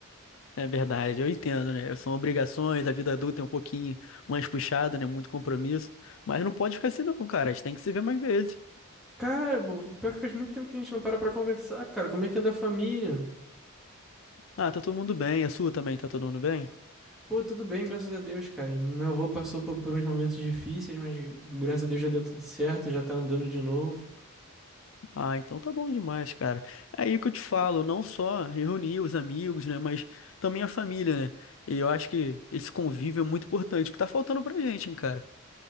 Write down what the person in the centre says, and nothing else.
Cara, mo- pior que faz muito tempo que a gente não para pra conversar, cara. Como é que anda a família?
Pô, tudo bem, graças a Deus, cara. Meu avô passou por, por uns momentos difíceis, mas graças a Deus já deu tudo certo, já tá andando de novo.